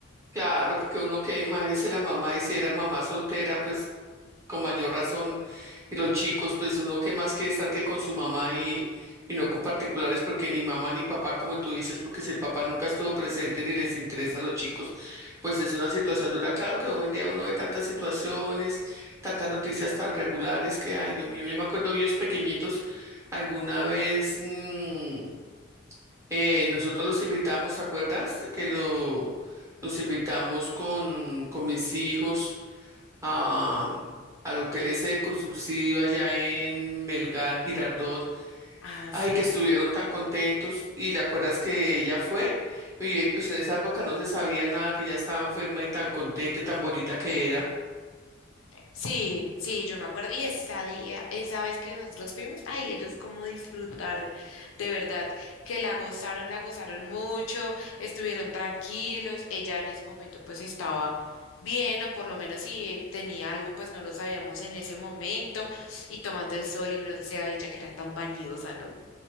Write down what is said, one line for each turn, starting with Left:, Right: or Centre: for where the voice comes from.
Right: Claro, porque uno que imagínese la mamá y si era mamá soltera, pues con mayor razón, y los chicos, pues uno que más quiere estar que con su mamá y, y no con particulares, porque ni mamá ni papá, como tú dices, porque si el papá nunca estuvo presente ni les interesa a los chicos, pues es una situación dura. Claro que hoy en día uno ve tantas situaciones, tantas noticias tan regulares que, ay, Dios mío, yo me acuerdo ellos pequeñitos, alguna vez. mm, eh, nosotros los invitamos, ¿te acuerdas? Que lo, los invitamos con, con mis hijos a, al hotel ese con subsidio allá en Melgar, Girardot.
Left: Ah,
Right: Ay,
Left: sí.
Right: que estuvieron tan contentos. Y ¿te acuerdas que ella fue? Y eh, pues en esa época no se sabía nada, que ella estaba enferma y tan contenta y tan bonita que era.
Left: Sí, sí, yo me acuerdo. Y esa día, esa vez que nosotros fuimos, ay, ellos cómo disfrutaron, de verdad, que la gozaron, la gozaron mucho, estuvieron tranquilos. Ella en ese momento pues estaba bien, o por lo menos si tenía algo, pues no lo sabíamos en ese momento, y tomando el sol y bronceado, y ya que era tan vanidosa, ¿no?